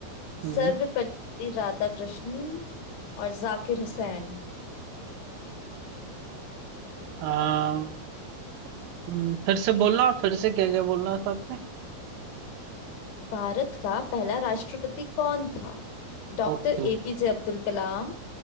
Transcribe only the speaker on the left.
सर्वपल्ली राधाकृष्णन और जाकिर हुसैन
भारत का पहला राष्ट्रपति कौन था Doctor
APJ Abdul Kalam